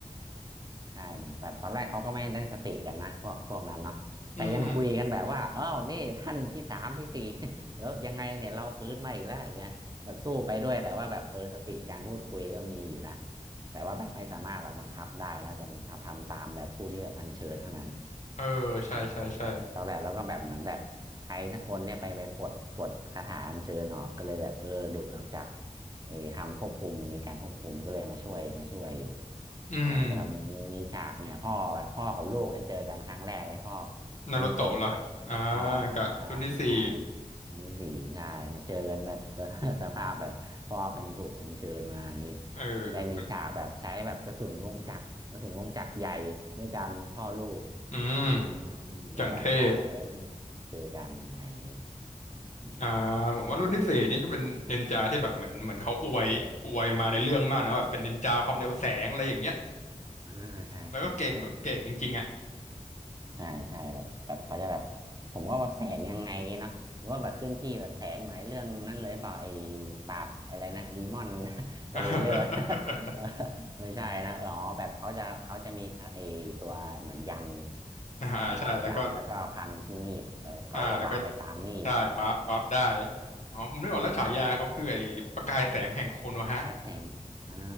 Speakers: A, on the right (about 30°); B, on the left (about 65°).
A: ใช่เหมือนแบบตอนแรกเขาก็ไม่ได้สติกันนะพวกพวกนั้นเนาะแต่ยังคุยกันแบบว่าอ้าวนี่ท่านที่สามที่สี่
B: อืม
A: <laughs> แล้วยังไงเนี่ยเราฟื้นมาอีกแล้วอย่างเงี้ยแบบสู้ไปด้วยแต่ว่าแบบเออสติการพูดคุยก็มีอยู่นะแต่ว่าแบบไม่สามารถแบบบังคับได้นะจะทำทำตามแบบผู้ที่แบบอัญเชิญเท่านั้น
B: เออใช่ใช่ใช่
A: อืมตอนแรกแล้วก็แบบเหมือนแบบใครสักคนเนี่ยไปไปปลดปลดคาถาอัญเชิญออกก็เลยแบบเออหลุดออกจากไอ้คำควบคุมมีการควบคุมก็เลยมาช่วยมาช่วยอยู่
B: อืม
A: ใช่ก็เรามีมีมีฉากเนี่ยพ่อแบบพ่อกับลูกเนี่ยเจอกันครั้งแรกเลยพ่อ
B: นารุโตะเหรออ่า
A: นารูโตะกับพ่อ
B: กับรุ่นที่สี่
A: ใช่ใช่อันที่สี่ใช่มาเจอกันแบบ <laughs> สภาพแบบพ่อเป็นถูกอัญเชิญมาอย่างนี้
B: เอ
A: ได้มีฉากแบบใช้แบบกระสุนวงจักรกระสุนวงจักรใหญ่ด้วยกันพ่อลูก
B: ออืม
A: อืมเป็นแบบสาวเออ
B: จังเท่
A: เจอกันอะไรอย่างนี้อืม
B: อ่าผมว่ารุ่นที่สี่นี่ก็เป็นนินจาที่แบบเหมือนเหมือนเขาอวยอวยมาในเรื่องมากนะแบบเป็นนินจาความเร็วแสงอะไรอย่างเงี้ย
A: อ่าใช่ใช่ใช่
B: แล้วก็เก่งแบบเก่งจริงๆอ่ะ
A: ใช่ใช่แบบแบบเขาจะแบบผมว่าแบบแสงยังไงเนาะหรือว่าแบบเคลื่อนที่แบบแสงเหมือนเรื่องนั้นเลยเปล่าไอ้ปราบอะไรนะดีมอน <laughs>
B: <laughs>
A: สเลเยอร์ <laughs> เออไม่ใช่นะอ๋อแบบเขาจะเขาจะมีไอ้ตัวเหมือนยัน
B: อ่าใช่แล้วก็
A: อ่ายันแล้วก็พันที่มีดเออเขาจะว้าร์ปไปตามมีดอ๋อ
B: อ่าแล้วก็ใช่วาร์ปวาร์ปได้อ๋อผมนึกออกแล้วฉายาเขาคือไอ้ประกายแสงแห่งโคโนฮะ
A: อืมและแสงอ่า